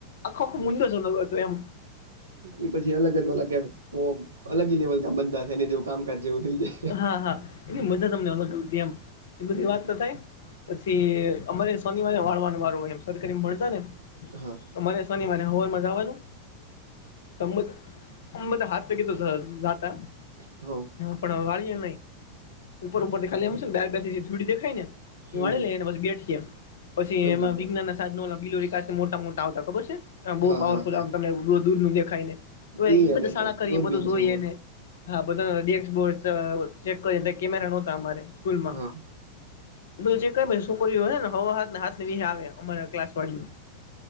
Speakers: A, on the left (about 60°); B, on the right (about 70°).
A: આખો મુંંદો જનો હત એમ
B: એ પછી અલગ જ અલગ કે અલગી લેવલ ક બા થાય ને જેવું કામકાજ જેવું થઈ જાય
A: હા હા એની મજા અમને અલગ આવતી એમ એ બધી
B: હમ,
A: વાત તો થાય પછી અમારે શોનિવારે વાળવાનો વારો હોય એમ સર એમ ભણતા ને
B: હા
A: મરે શોની માને હોવા મજાવાનું ત તબદ હાકીી તો જ
B: હ
A: પણ વાળીએ નહી ઉપર ઉપર થી ખાલી આમશે ને બાર બેસીડી દેખાય ને
B: હમ
A: એ વાણી લઈ ને બ બેઠ પછી
B: સમજી
A: એમાં
B: ગયો
A: વિજ્ઞાન ના સાધનો બિલોરી કા મોટા મોટા આવતા ખબર છે બહુ
B: હા
A: પાવરફુલમને
B: હા હા
A: દૂરું દેખાય ને વે
B: ઈ અને
A: બધા સાળા
B: પ-
A: કરીએ
B: દૂરબીન
A: બધું જોઈએને
B: જેવું ઓલું.
A: હા બધા ડેબોર્ડ ચેક કરી કેમેરા નહતા અમારે સ્કૂલમાં.
B: હા
A: બધ ક છોકરીઓ હોને હવા હાત વાગે આવે અમારા ક્લાસ વાડીઓ.